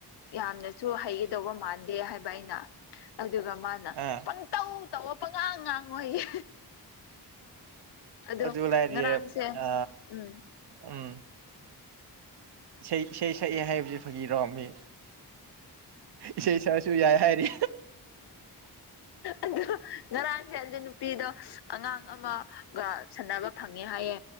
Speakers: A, on the left; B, on the right.
A: ꯌꯥꯝꯅꯁꯨ ꯍꯩꯒꯗꯧꯕ ꯃꯥꯥꯟ ꯗꯦ ꯍꯥꯏꯕ ꯑꯩꯅ ꯑꯗꯨꯒ ꯃꯥꯅ
B: ꯑꯥ
A: ꯄꯪꯇꯧ ꯇꯧꯋꯣ ꯄꯉꯥꯡ ꯉꯥꯡꯉꯣ ꯍꯥꯏꯌꯦ ꯑꯗꯣ
B: ꯑꯗꯨ ꯂꯥꯏꯔꯤꯌꯦ
A: ꯉꯔꯥꯡꯁꯦ
B: ꯑ
A: ꯎꯝ
B: ꯎꯝ ꯏꯁꯩ ꯏꯁꯩ ꯁꯛꯑꯦ ꯍꯥꯏꯕꯕꯁꯤ ꯐꯥꯒꯤꯔꯣ ꯃꯤ ꯏꯁꯩ ꯁꯛꯑꯁꯨ ꯌꯥꯏ ꯍꯥꯏꯔꯤ
A: ꯑꯗꯣ ꯉꯔꯥꯡꯁꯦ ꯑꯗꯨ ꯅꯨꯄꯤꯗꯣ ꯑꯉꯥꯡ ꯑꯃꯒ ꯁꯥꯟꯅꯕ ꯐꯪꯉꯦ ꯍꯥꯏꯌꯦ